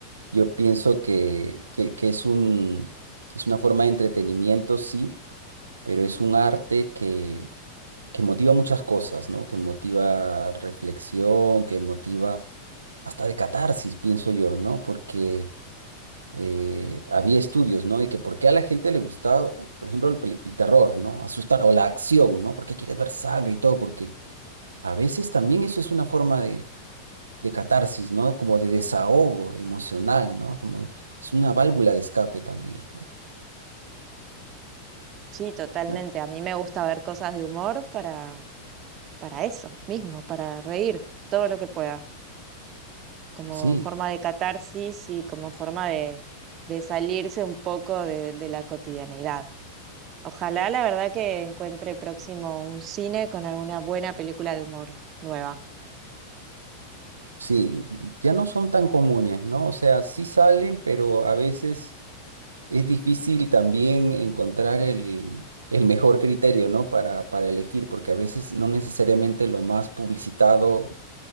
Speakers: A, on the right; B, on the right.
A: yo pienso que, que, que es un, es una forma de entretenimiento, sí, pero es un arte que que motiva muchas cosas, ¿no? Que motiva reflexión, que motiva hasta de catarsis, pienso yo, ¿no? Porque eh, había estudios, ¿no? De que por qué a la gente le gustaba, por ejemplo, el, peli- el terror, ¿no? Asustar o la acción, ¿no? ¿Por qué quieres ver sangre y todo, porque a veces también eso es una forma de, de catarsis, ¿no? Como de desahogo emocional, ¿no? Como es una válvula de escape también, ¿no?
B: Sí, totalmente.
A: Ya.
B: A mí me gusta ver cosas de humor para, para eso mismo, para reír todo lo que pueda, como
A: Sí,
B: forma de catarsis y como forma de, de salirse un poco de de la cotidianidad. Ojalá la verdad que encuentre próximo un cine con alguna buena película de humor nueva.
A: sí, ya no son tan comunes, ¿no? O sea, sí salen, pero a veces Es difícil también encontrar el, el mejor criterio, ¿no? Para, para elegir, porque a veces no necesariamente lo más publicitado